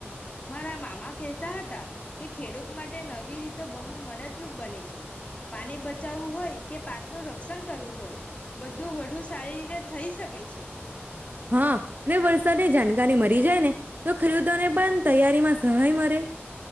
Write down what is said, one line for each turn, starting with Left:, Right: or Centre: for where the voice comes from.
Left: મારા મામા કહેતા હતા કે ખેડૂત માટે નવી રીતો બહુ મદદરૂપ બની છે. પાણી બચાવવું હોય કે પાકનું રક્ષણ કરવું હોય બધું વડુ સારી રીતે થઈ શકે છે.
Right: હા ને વરસાદે જાણી <unintelligible> તો ખેરુતો ને પણ તૈયારીમાં સહાય મરે